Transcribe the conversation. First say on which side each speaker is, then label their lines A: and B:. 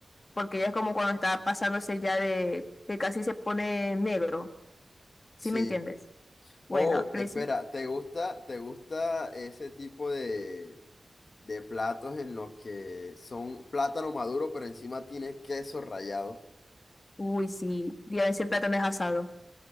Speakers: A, on the left; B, on the left.
A: porque ya es como cuando está pasándose ya de que casi se pone negro, ¿sí
B: Sí.
A: me entiendes? Bueno,
B: Oh,
A: le
B: espera, ¿te gusta, te gusta ese tipo de, de platos en los que son plátano maduro, pero encima tiene queso rallado?
A: uy, sí, día ese plátano es asado.